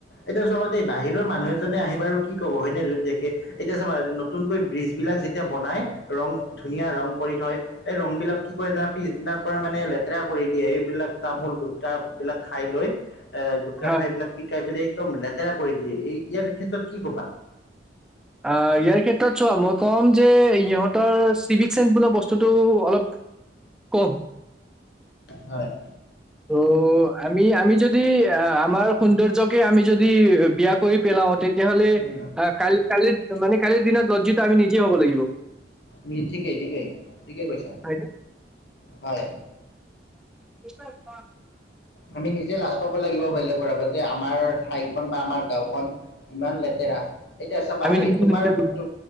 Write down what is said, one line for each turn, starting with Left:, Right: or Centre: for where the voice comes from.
Left: এতিয়া চবা দেই বাহিৰৰ মানুহ এজনে আহি বাৰু কি কব হয়নে যদি দেখে, এতিয়া চব নতুনকৈ ব্ৰিজ বিলাক ক যেতিয়া বনাই ৰং ধুনীয়া ৰং কৰি থয়, ৰং বিলাক কি কয় পিছদিনাৰ মানে লেতে ৰা কৰি দিয়ে, এইবিলাক তামোল গুটটা বিলাক খাই লৈ। এ গোটকা
Centre: হয়
Left: খাইবিলাক পিকাই পেলাই একদম লেতেৰা কৰি দিয়ে, এই ইয়াৰ ক্ষেত্ৰত কি ক'বা।
Centre: অ' ইয়াৰ ক্ষেত্ৰত চোৱা মই ক'ম যে ইহঁতৰ চিভিক চেন্স বো বস্তুটো অলপ ক'ম
Left: হয়।
Centre: উ <unintelligible> আমি আমি যদি অ আমাৰ সৌন্দৰ্যকে আমি যদি বিয়া কৰি পেলাও তে তেতিয়াহ'লে
Left: উম,
Centre: আহ কালি কালিৰ মানে কালিৰ দিনত লজ্জিত আমি নিজে হ'ব লাগিব।
Left: নি ঠিকে ঠিকে ঠিকে কৈছা,
Centre: হয়নে
Left: হয়।
Centre: সছ <unintelligible>
Left: আমি নিজে লাজ পাব লাগিব বেলে গৰ আগত যে আমাৰ ঠাইখন বা আমাৰ গাঁওখন ইমান লেতেৰা। এতিয়া চাবা
Centre: আমি
Left: দেই,
Centre: নিজে
Left: তোমাৰ
Centre: নিজে
Left: তু